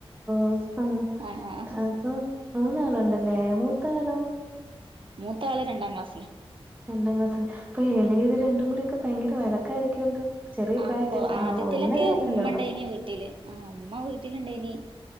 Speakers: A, on the right; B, on the right.
A: ഒഹ് ഓഹ് അ
B: ആഹ് ആഹ്
A: അപ്പം മൂന്നാളുണ്ടല്ലേ മൂത്താളോ?
B: മൂത്ത ആള് രണ്ടാം ക്ലാസ്സില്.
A: രണ്ടാം ക്ലാസില് ഇപ്പൊ എളയത് രണ്ടും കൂടി ഒക്കെ ഭയങ്കര വഴക്കായിരിക്കുവല്ലോ? ചെറിയ
B: ആഹ
A: പ്രായ വ്യത്യാസം
B: കൊ
A: ആ
B: ആദ്യത്തിലൊക്കെ
A: ഒന്നര വയസ്സല്ലേ
B: ഉമ്മ
A: ഉള്ളൂ
B: ഉണ്ടൈനി വീട്ടില് ആ ഉമ്മ വീട്ടിലിണ്ടേനി.